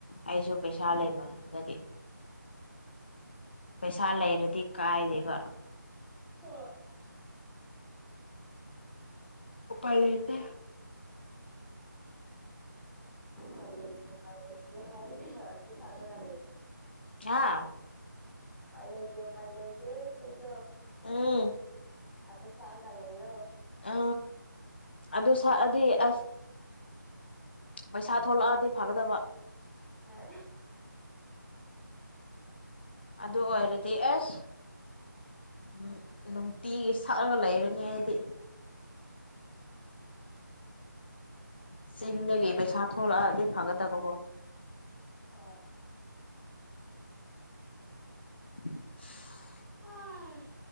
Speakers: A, on the left; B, in the centre.
A: ꯑꯩꯁꯨ ꯄꯩꯁꯥ ꯂꯩꯃꯗꯒꯤ ꯄꯩꯁꯥ ꯂꯩꯔꯗꯤ ꯀꯥꯏꯗꯦꯕ
B: ꯍꯣꯏ
A: ꯎꯄꯥꯥꯏ ꯂꯩꯇꯦ
B: ꯄꯥꯏ ꯂꯩꯇ ꯄꯥꯏ ꯂꯩꯇꯦ ꯍꯥꯏꯔꯒ ꯑꯗꯨ ꯁꯛꯑꯒ ꯂꯩ
A: ꯑꯥ
B: ꯄꯥꯏ ꯂꯩꯇꯦ ꯄꯥꯏ ꯂꯩꯇꯦ ꯏꯁꯩꯗꯣ
A: ꯎꯝ
B: ꯑꯗꯨ ꯁꯥꯛꯑꯒ ꯂꯩꯔꯣ
A: ꯑ ꯑꯗꯨ ꯁꯥꯛꯑꯗꯤ ꯑꯁ
B: <inaudible>
A: ꯄꯩꯁꯥ ꯊꯣꯛꯂꯛꯑꯗꯤ ꯐꯒꯗꯕ
B: ꯍꯣꯏ
A: ꯑꯗꯨ ꯑꯣꯏꯔꯗꯤ ꯑꯦꯁ ꯎꯝ ꯅꯨꯡꯇꯤꯒꯤ ꯁꯛꯑꯒ ꯂꯩꯔꯅꯤ ꯑꯩꯗꯤ ꯆꯤꯡꯗꯒꯦ ꯄꯩꯁꯥ ꯊꯣꯛꯂꯛꯑꯗꯤ ꯐꯒꯗꯕꯀꯣ
B: ꯍꫭꯏ
A: <inaudible>
B: ꯍꯥꯏ